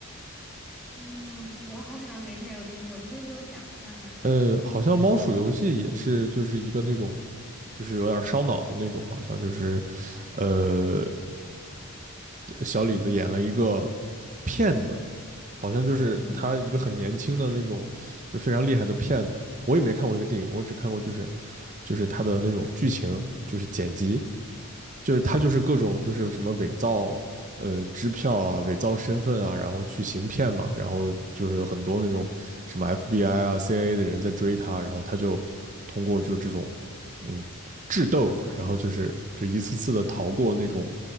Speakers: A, in the centre; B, on the right (about 35°).
A: 嗯，我好像没太有听过，你可以给我讲一下吗？
B: 呃，好像猫鼠游戏也是，就是一个那种，就是有点烧脑的那种，好像就是，呃，小李子演了一个骗子，好像就是他一个很年轻的那种，
A: 嗯，
B: 就非常厉害的骗子。我也没看过这个电影，我只看过就是就是他的那种剧情，就是剪辑。就是他就是各种就是什么伪造呃支票啊、伪造身份啊，然后去行骗嘛，然后就是有很多那种什么 FBI 啊、CIA 的人在追他，然后他就通过就是这种嗯智斗，然后就是就一次次的逃过那种